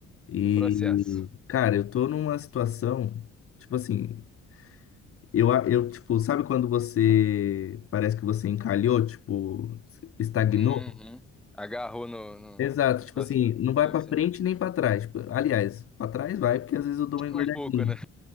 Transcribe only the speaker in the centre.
no processo.
Uhum. Agarrou no, no,
no
processo.
Sim,
sim.
Um pouco, né?